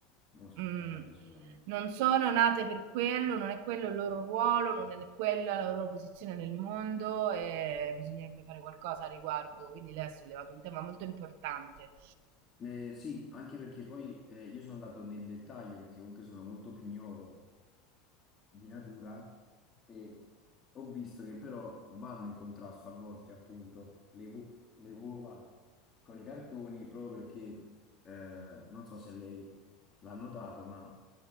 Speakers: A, on the left (about 30°); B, on the right (about 65°).
A: uno sfruttamento
B: Mh.
A: sicuramente.
B: Non sono nate per quello, non è quello il loro ruolo, non è quella la loro posizione nel mondo e bisognerebbe fare qualcosa a riguardo. Quindi lei ha sollevato un tema molto importante.
A: Eh, sì, anche perché poi eh, io sono andato nel dettaglio perché comunque sono molto pignolo di natura e ho visto che però vanno in contrasto a volte appunto le, uo- le uova con i cartoni proprio perché eh, non so se lei l'ha notato, ma